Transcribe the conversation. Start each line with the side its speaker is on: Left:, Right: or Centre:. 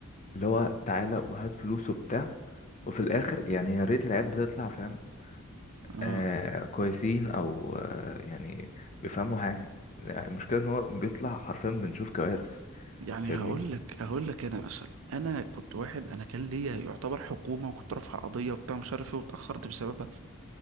Left: اللي هو تعالى وهات فلوس وبتاع وفي الاخر يعني يا ريت العيال بتطلع فاهم
Right: آه.
Left: آه كويسين او آه يعني بيفهموا حاجة يعني المشكلة ان هو بيطلع حرفيا بنشوف كوارث
Right: يعني
Left: فاهمني
Right: هقول لك هقول لك انا مثلا انا كنت واحد انا كان ليا يعتبر حكومه وكنت رافع قضيه وبتاع مش عارف ايه واتاخرت بسببها